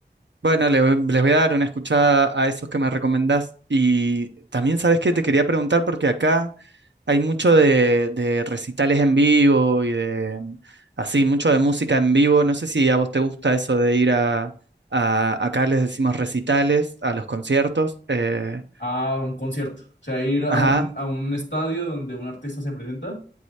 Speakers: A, on the right (about 80°); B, on the left (about 80°).
A: Bueno, le- les voy a dar una escuchada a esos que me recomendás. Y también sabes que te quería preguntar porque acá... hay mucho de, de recitales en vivo y de mm, así, mucho de música en vivo. No sé si a vos te gusta eso de ir a, a- acá les decimos recitales, a los conciertos. eh,
B: A un concierto. O sea, ir a
A: ajá.
B: un, a un estadio donde un artista se presenta